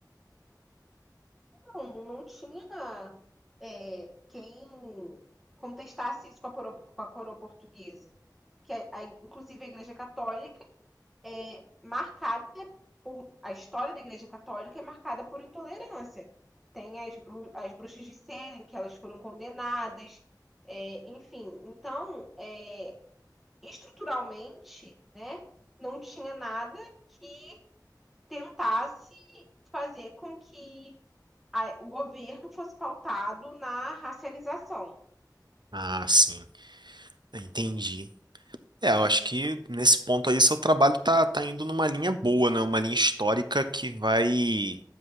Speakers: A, in the centre; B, on the right.
A: Não, não tinha é, quem contestasse isso com a coroa, com a coroa portuguesa. que é, a- inclusive a Igreja Católica é marcada né, por a história da Igreja Católica é marcada por intolerância. Tem as, bru- as bruxas de Salem que elas foram condenadas, é, enfim. Então, é, estruturalmente, né, não tinha nada que tentasse fazer com que a- o governo fosse pautado na racialização.
B: Ah, sim, entendi. É, eu acho que nesse ponto aí seu trabalho tá, tá indo numa linha boa, né? Uma linha histórica que vai